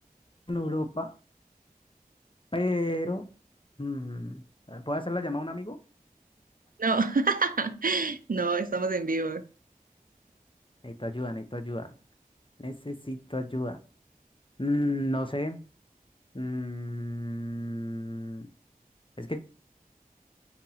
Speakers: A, on the left; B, on the right.
A: en Europa, pero... mm, ¿puedo hacer la llamada a un amigo?
B: No, <laughs> no, estamos en vivo.
A: Necesito ayuda, necesito ayuda. Necesito ayuda. Mm, no sé. Mm, es que...